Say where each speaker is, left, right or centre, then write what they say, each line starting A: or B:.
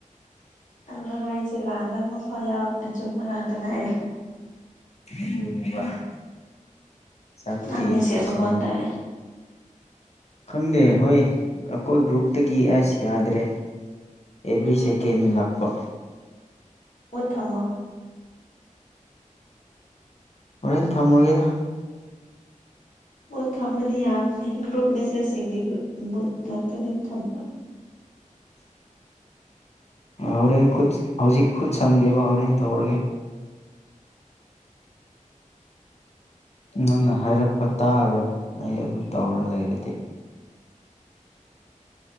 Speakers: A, on the left; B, on the left.
A: ꯑꯗꯨꯅ ꯍꯥꯏꯔꯤꯁꯦ ꯂꯥꯟꯗ ꯃꯁꯥ ꯌꯥꯎ ꯆꯨꯝꯕ ꯉꯥꯛꯇ ꯉꯥꯏꯔ
B: <inaudible> ꯆꯥꯛꯇꯤ
A: ꯅꯪꯅꯦ ꯁꯦꯠꯄ
B: ꯁꯨꯃꯥꯏꯅ
A: ꯈꯣ ꯇꯥꯏꯦ
B: ꯈꯪꯗꯦ ꯍꯣꯏ ꯑꯩꯈꯣꯏ ꯒ꯭ꯔꯨꯞꯇꯒꯤ ꯑꯁ ꯌꯥꯗ꯭ꯔꯦ ꯑꯦꯕ꯭ꯔꯤ ꯁꯦꯀꯦꯟ ꯂꯥꯛꯄ
A: ꯃꯊꯃ
B: ꯍꯣꯔꯦꯟ ꯊꯝꯃꯨꯔꯒꯦꯗ
A: ꯃꯨꯠ ꯊꯝꯕꯗꯤ ꯌꯥꯕꯅꯦ ꯒ꯭ꯔꯨꯞ ꯃꯦꯁꯦꯁꯁꯤꯡꯗꯤ ꯃꯨꯠ ꯉꯥꯛꯇꯅꯦ ꯊꯝꯕ
B: ꯍꯣꯔꯦꯟ ꯈꯨꯠ ꯍꯧꯖꯤꯛ ꯈꯨꯠ ꯁꯪꯗꯦꯕ ꯍꯣꯔꯦꯟ ꯇꯧꯔꯒꯦ ꯅꯪꯅ ꯍꯥꯏꯔꯛꯄ ꯇꯥꯔꯣꯏ ꯑꯩ ꯑꯗꯨ ꯇꯧꯔ ꯂꯩꯔꯗꯤ